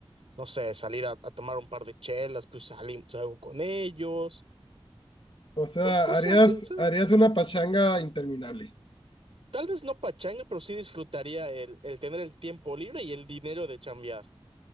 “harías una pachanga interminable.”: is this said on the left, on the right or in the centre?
Left